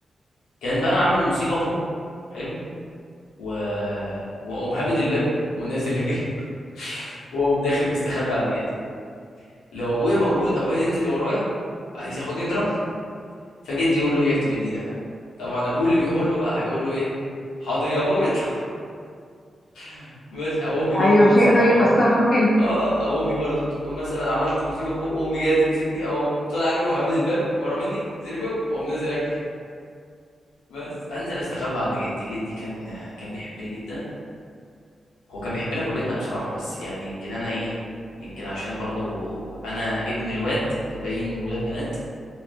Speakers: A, on the left (about 80°); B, on the left (about 50°).
A: كان بقى عامل مصيبه فوق حلو و... واقوم هابد الباب ونازل اجري <laughs> واقوم داخل مستخبي عند جدي لو ابويا موجود ابويا ينزل ورايا عايز ياخدني يضربني فجدي يقول له يكتم ايدك عليه. طبعا ابوه اللي بيقول له بقى هيقول له ايه حاضر يابا ويطلع <laughs> بس او امي برضه
B: أيوة مش
A: نفس
B: هيقدر
A: الحوار
B: يكسر له كلمة
A: اه او امي برضه تكون مثلا عملت مصيبه فوق وامي جايه تمسكني او طالع اجري وهابد الباب ورا مني زربو واقوم نازل اجري بس انزل استخبى عند جدي جدي كان كان بيحبني جدا هو كان بيحبنا كلنا بصراحه بس يعني يمكن انا ايه يمكن عشان برضه انا ابن الواد الباقيين ولاد بنات